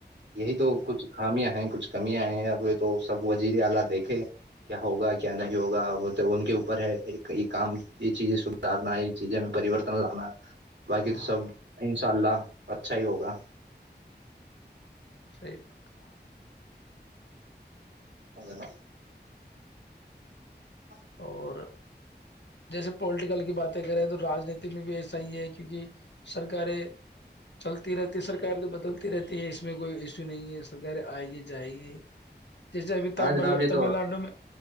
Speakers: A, on the right; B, on the left.
A: یہی
B: ہوں،
A: تو کچھ خامیاں ہیں کچھ کمیاں آئے ہیں ا تو سب وزیر اعلی دیکھے کیا ہوگا کیا نہیں ہوگا تو ان کے اوپر ہے یہ کام یہ چیزیں سدھارنا یہ چیزیں میں پریورتن لانا باقی
B: ہاں
A: تو سب انشاء اللہ اچھا ہی ہوگا
B: صحی بات ہے
A: ا ل ا
B: اور جیسے پولیٹیکل کی باتیں کریں تو رانیتی میں بھی ایسا ہی ہے کیونکہ سرکاریں چلتی رہتی ہے سرکاریں تو بدلتی رہتی ہے اس میں کوئی ایشو نہیں ہے سرکاریں آئے گی جائے گی جیسے ابھی ت
A: ہاں جناب،
B: مطلب
A: یہ
B: تمل
A: تو
B: ناڈو میں